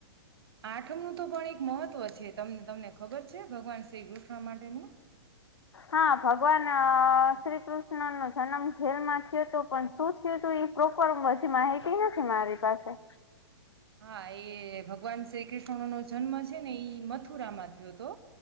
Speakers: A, on the right; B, on the left.
A: આઠમનું તો પણ એક મહત્વ છેને તમને ખબર છે, ભગવાન શ્રી કૃષ્ણ માટેનું
B: હા, ભગવાન શ્રી કૃષ્ણ નો જન્મ જેલમાં થયો હતો પણ શું થયું હતું એ પ્રોપર હજી માહિતી નથી, મારી પાસે
A: હા એ ભગવાન શ્રી કૃષ્ણનો જન્મ છે ને ઈ મથુરામાં થયો હતો,